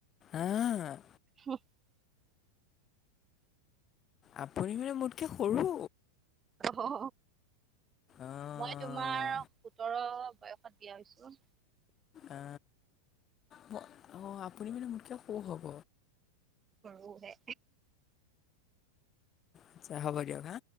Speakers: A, on the left; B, on the right.
A: অ',
B: <unintelligible>
A: আপুনি মানে মোতকে সৰু?
B: অ,
A: অঁ
B: মই তোমাৰ সোতৰ বয়সত বিয়া হৈছো।
A: আ, ম-অ', আপুনি মানে মোতকৈ সৰু হ'ব।
B: সৰুহে।
A: আচ্ছা হ'ব দিয়ক হা।